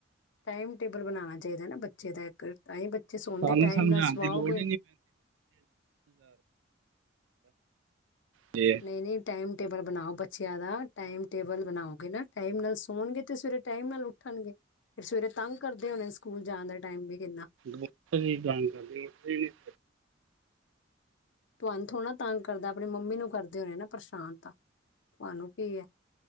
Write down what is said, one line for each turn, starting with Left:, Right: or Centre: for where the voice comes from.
Left: ਟਾਈਮ ਟੇਬਲ ਬਨਾਨਾ ਚਾਈਦੈ ਨਾ ਬੱਚੇ ਦਾ ਏੱ ਕ। ਤਾਂ ਹੀ ਬੱਚੇ ਸੌਂਦੇ
Right: ਸਾਨੂੰ
Left: ਟਾਈਮ
Right: ਸਮਝਾਉਣ
Left: ਨਾਲ ਸਵਾਓਗੇ
Right: ਦੀ ਲੋੜ ਜੀ।
Left: ਨਈ -ਨਈ ਟਾਈਮ ਟੇਬਲ ਬਨਾਓ ਬੱਚਿਆਂ ਦਾ। ਟਾਈਮ ਟੇਬਲ ਬਨਾਓਗੇ ਨਾ ਟਾਈਮ ਨਾਲ ਸੋਨਗੇ ਤੇ ਸਵੇਰੇ ਟਾਈਮ ਨਾਲ ਉੱ ਠਗੇ। ਫੇਰ ਸਵੇਰੇ ਤੰਗ ਕਰਦੇ ਹੋਨੇ ਸਕੂਲ ਜਾਨ ਦੇ ਟਾਈਮ ਵੀ ਕਿੰਨਾ।
Right: <unintelligible>
Left: ਤੁਆਨੂੰ ਥੋੜਾ ਨ ਤੰਗ ਕਰਦਾ, ਆਪਨੀ ਮੰਮੀ ਨੂੰ ਕਰਦੇ ਹੋਨੇ ਨਾ ਪਰਸ਼ਾਨ ਤਾਂ। ਤੁਆਨੂੰ ਕੀ ਏ।